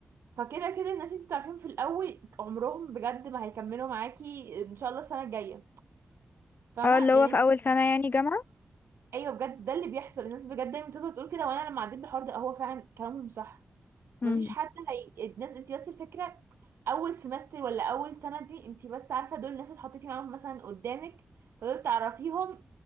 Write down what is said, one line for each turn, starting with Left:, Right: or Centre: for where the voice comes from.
Right: فكده كده الناس انتي تعرفيهم في الاول عمرهم بجد ما هيكملوا معاكي ان شاء الله السنه الجايه فاهمه
Left: اه اللي هو
Right: لان
Left: في
Right: انتي-
Left: أول سنة يعني جامعة
Right: ايوه بجد ده اللي بيحصل الناس بجد دايما بتفضل تقول كده وانا لما عديت بالحوار ده هو فعلا كلامهم صح
Left: امم
Right: مفيش حد هي... الناس انت بس الفكره اول سمستر ولا اول سنه دي انت بس عارفه دول الناس اللي حطيتي معاهم مثلا قدامك فدول بتعرفيهم